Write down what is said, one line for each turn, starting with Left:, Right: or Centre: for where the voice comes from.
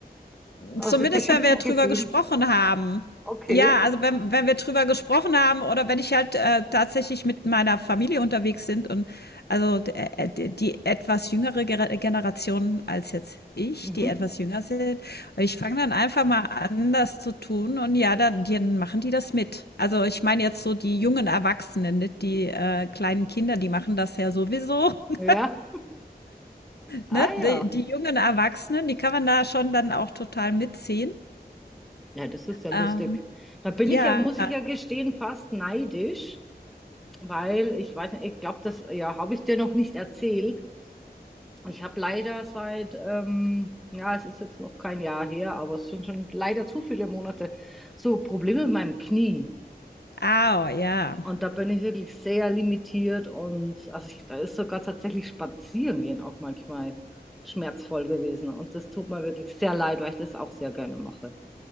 Centre: Also
Left: Zumindest,
Centre: dich
Left: wenn
Centre: hüpfen
Left: wir drüber
Centre: gesehen.
Left: gesprochen haben.
Centre: Okay.
Left: Ja, also wenn, wenn wir drüber gesprochen haben oder wenn ich halt äh, tatsächlich mit meiner Familie unterwegs sind und also d- äh, d- die etwas jüngere Gera- Generation als jetzt ich,
Centre: Mhm.
Left: die etwas jünger sind, und ich fange dann einfach mal an, das zu tun und ja, dann, dann machen die das mit. Also ich meine jetzt so die jungen Erwachsenen, nicht die äh, kleinen Kinder, die machen das ja sowieso. <laughs>
Centre: Ja. Ah
Left: Ne?
Centre: ja.
Left: Die, die jungen Erwachsenen, die kann man da schon dann auch total mitziehen.
Centre: Ja, das ist ja
Left: Ähm,
Centre: lustig. Da bin
Left: ja,
Centre: ich ja, muss ich ja gestehen, fast neidisch, weil ich weiß nicht, ich glaube, das ja, habe ich dir noch nicht erzählt. Ich habe leider seit, ähm, ja, es ist jetzt noch kein Jahr her, aber es sind schon leider zu viele Monate, so Probleme mit meinem Knie.
Left: au, ja.
Centre: Und da bin ich wirklich sehr limitiert und also ich, da ist sogar tatsächlich spazieren gehen auch manchmal schmerzvoll gewesen. Und das tut mir wirklich sehr leid, weil ich das auch sehr gerne mache.